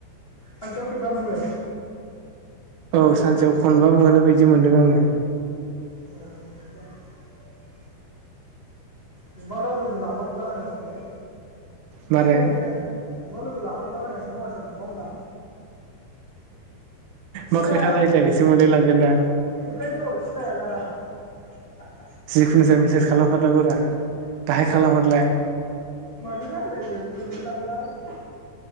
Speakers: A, on the left (about 85°); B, on the right (about 80°).
A: खनसेयाव खेबबा मोनो।
B: औ सानसेयाव खनबा मोनो बायदि मोनदों आङो।
A: <unintelligible> नुबा दा लोगो लाफाफ्लाबायनोसैलै।
B: मारै
A: सिनायो नोंथां। नुबा लोगो लाफाफ्लाबायनो सोलै वाटसएप ग्रुपआव होनदों आं। सिनाया
B: मा खोथा रायज्लायनोसो मोनलायलांगोनदां।
A: ओंखायनोथ' सिनाया <inaudible>
B: जिखुनु जाया मेसेज खालाम हारनांगोरा दाहाय खालामहरलाय।
A: मारै रायलायनो मोनलाय लांङो आं।